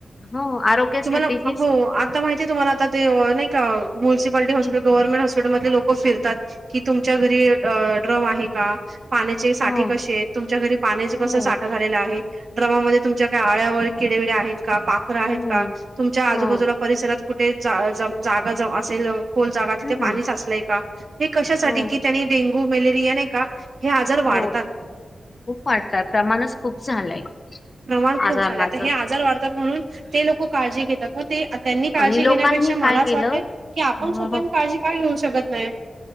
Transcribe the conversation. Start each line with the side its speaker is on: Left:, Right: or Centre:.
Left: हो आरोग्यासाठी
Right: तुम्हाला
Left: हे
Right: हो आता माहिती तुम्हाला आता ते नाही का म्युलसिपालटी हॉस्पिटल
Left: ह
Right: गव्हर्मेंट हॉस्पिटल मधले लोक फिरतात कि तुमच्या घरी ड्रम आहे का पाण्याचे साठे
Left: ह
Right: कसे आहेत तुमच्या घरी पाण्याचे
Left: हो
Right: कसा साठा झालेला आहे ड्रमामध्ये तुमच्या आळ्यावर किडेबिडे आहेत का पाखर आहेत
Left: हम्म
Right: का तुमच्या आजूबाजूला
Left: हो
Right: परिसरात कुठे जागा ज असेल खोल जागा तिथे
Left: हम्म
Right: पाणी साचलंय का? हे कशासाठी
Left: हो
Right: की त्यांनी डेंगू मलेरिया नाही का हे आजार
Left: हो
Right: वाढतात
Left: खूप वाढताय प्रमाणच खूप झालंय
Right: प्रमाण खूप
Left: आजारणाचं
Right: झाले तर हे आजार वाढतात म्हणून ते लोक काळजी घेतात मग ते त्यांनी काळजी
Left: आणि लोकांनी
Right: घेण्यापेक्षा
Left: काय
Right: मला असं
Left: केलं
Right: वाटत की आपण
Left: हं,
Right: स्वतः
Left: हं.
Right: काळजी काय घेऊ शकत नाही